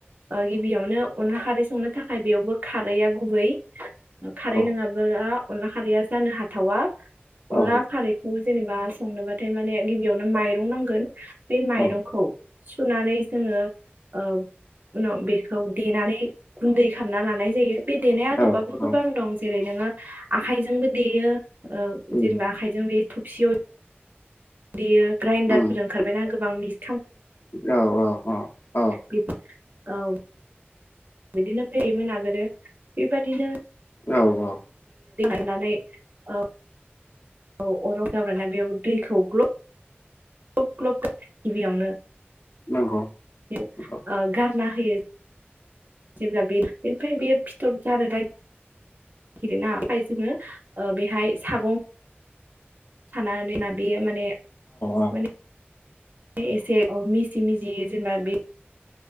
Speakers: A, on the right (about 50°); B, on the left (about 55°).
A: ओ गिबियावनो अनला खारै संनो थाख खाय बेयावबो खारैआ गुबै खारै
B: औ
A: नोङाबा अनला खारैया जानो हाथावा
B: औ
A: अनला खारैखौ जेनेबा संनोबाथाय माने गिबियावनो माइरं नांगोन। बे माइरंखौ
B: औ
A: सुनानै जोङो ओ उनाव बेखौ देनानै गुनदै खालामना लानाय जायो बे देनाय आदबाबो
B: औ
A: गोबां
B: औ
A: दं जेरै नोङो आखाइजोंबो देयो ओ
B: उम
A: जेनेबा आखाइजों बे थबसियाव देयो ग्राइन्दडारफोर
B: उम
A: ओंरबायना गो बां मि
B: औ औ औ औ
A: बेफोर औ बिदिनो फैयोमोन आगोलो बेबायदिनो
B: औ औ
A: होननानै ओ औ अराव जावरायना बेयाव दैखौ ग्ल' ग्लब ग्लब गिबियावनो
B: नंगौ
A: ओ
B: औ
A: गार ला होयो जेब्ला बे बेनिफ्राय बेयो फिथर जानो गिरो ना जोङो बेहाय सागं सानानै होनानै बियो माने
B: औ
A: माने <unintelligible>